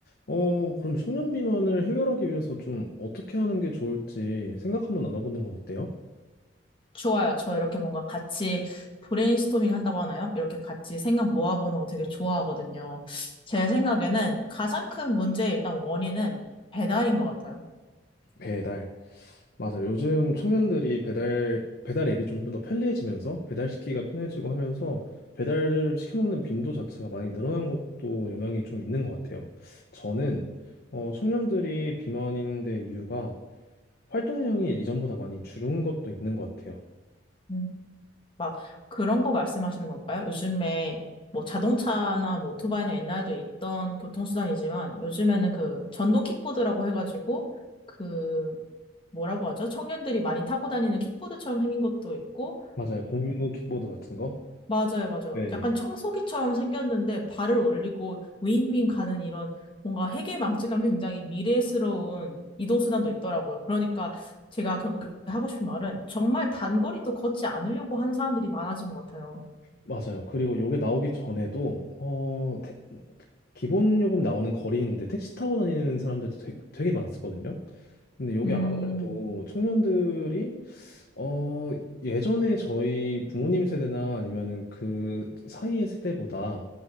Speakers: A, on the left; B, on the left.
A: 어, 그럼 청년 비만을 해결하기 위해서 좀 어떻게 하는 게 좋을지 생각 한번 나눠보는 건 어때요?
B: 좋아요. 저 이렇게 뭔가 같이 브레인스토밍 한다고 하나요? 이렇게 같이 생각 모아보는 거 되게 좋아하거든요. 제 생각에는 가장 큰 문제의 일단 원인은 배달인 것 같아요.
A: 배달. 맞아요. 요즘 청년들이 배달 배달 앱이 좀 더 편리해지면서 배달시키기가 편해지고 하면서 배달 시켜 먹는 빈도 자체가 많이 늘어난 것도 영향이 좀 있는 것 같아요. 저는 어, 청년들이 비만인 데 이유가 활동량이 이전보다 많이 줄은 것도 있는 것 같아요.
B: 음, 막 그런 거 말씀하시는 건가요? 요즘에 뭐 자동차나 뭐 오토바이는 옛날에도 있던 교통수단이지만 요즘에는 그 전동 킥보드라고 해가지고 그 뭐라고 하죠? 청년들이 많이 타고 다니는 킥보드처럼 생긴 것도 있고
A: 맞아요. 공유 킥보드 같은 거.
B: 맞아요, 맞아요.
A: 네네.
B: 약간 청소기처럼 생겼는데 발을 올리고 윙윙 가는 이런 뭔가 해괴망측한 굉장히 미래스러운 이동수단도 있더라고요. 그러니까 제가 결국에 하고 싶은 말은 정말 단거리도 걷지 않으려고 하는 사람들이 많아진 것 같아요.
A: 맞아요. 그리고 요게 나오기 전에도 어 태- 기본 요금 나오는 거리인데 택시 타고 다니는 사람들도 되- 되게 많았었거든요. 근데 이게
B: 음.
A: 아무래도 청년들이 어 예전에 저희 부모님 세대나 아니면은 그 사이의 세대보다